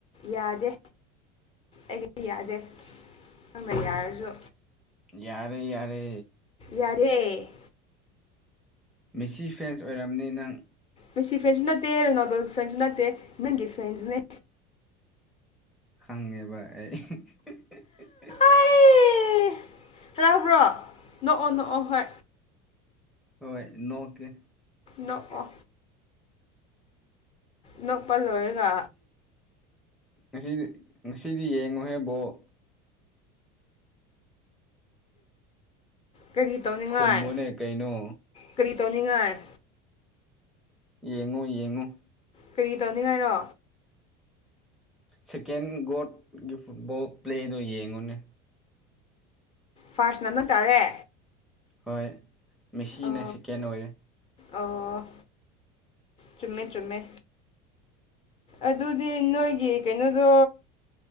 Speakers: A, on the left; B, in the centre.
A: ꯌꯥꯗꯦ ꯑꯩꯒꯤꯗꯤ ꯌꯥꯗꯦ ꯅꯪꯅ ꯌꯥꯔꯖꯨ
B: ꯌꯥꯔꯦ ꯌꯥꯔꯦ
A: ꯌꯥꯗꯦ
B: ꯃꯤꯁꯤ ꯐꯦꯟꯁ ꯑꯣꯏꯔꯝꯅꯤ ꯅꯪ
A: ꯃꯦꯁꯤ ꯐꯦꯟꯁꯨ ꯅꯠꯇꯦ ꯔꯣꯅꯥꯜꯗꯣ ꯐꯦꯟꯁꯨ ꯅꯠꯇꯦ ꯅꯪꯒꯤ ꯐꯦꯟꯁꯅꯦ
B: ꯈꯪꯉꯦꯕ ꯑꯩ <unintelligible>
A: ꯑꯩ ꯍꯔꯥꯎꯕ꯭ꯔꯣ ꯅꯣꯛꯑꯣ ꯅꯣꯛꯑꯣ ꯍꯣꯏ
B: ꯍꯣꯏ ꯅꯣꯛꯀꯦ
A: ꯅꯣꯛꯑꯣ ꯅꯣꯛꯄ ꯂꯣꯏꯔꯒ
B: ꯉꯁꯤ ꯉꯁꯤꯗꯤ ꯌꯦꯡꯉꫭꯍꯦ ꯕꯣꯜ
A: ꯀꯔꯤ ꯇꯧꯅꯤꯡꯉꯥꯏ
B: ꯈꯨꯝꯃꯨꯅꯦ ꯀꯩꯅꯣ
A: ꯀꯔꯤ ꯇꯧꯅꯤꯡꯉꯥꯏ
B: ꯌꯦꯡꯉꫭ ꯌꯦꯡꯉꫭ
A: ꯀꯔꯤ ꯇꯧꯅꯤꯡꯉꯥꯏꯔꯣ
B: ꯁꯦꯀꯦꯟ ꯒꯣꯠꯒꯤ ꯐꯨꯠꯕꯣꯜ ꯄ꯭ꯂꯦꯗꯨ ꯌꯦꯡꯉꯨꯅꯦ
A: ꯐꯥꯔꯁꯅ ꯅꯪ ꯇꯥꯔꯦ
B: ꯍꯣꯏ ꯃꯦꯁꯤꯅ
A: ꯑꯣ
B: ꯁꯦꯀꯦꯟ ꯑꯣꯏꯔꯦ
A: ꯑꯣ ꯆꯨꯝꯃꯦ ꯆꯨꯝꯃꯦ ꯑꯗꯨꯗꯤ ꯅꯣꯏꯒꯤ ꯀꯩꯅꯣꯗꯣ